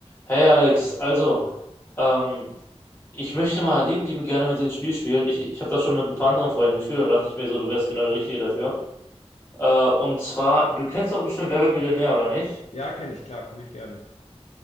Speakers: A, on the left; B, on the left.
A: Hey Alex, also, ähm, ich möchte mal liebend, liebend gerne mit dir ein Spiel spielen. Ich, ich, ich habe das schon mit ein paar anderen Freunden gespielt und da dachte ich mir so, du wärst genau der Richtige dafür. Äh, und zwar, du kennst doch bestimmt Wer wird Millionär, oder nicht? <laughs>
B: Ja, kenne ich, klar, gucke ich gerne.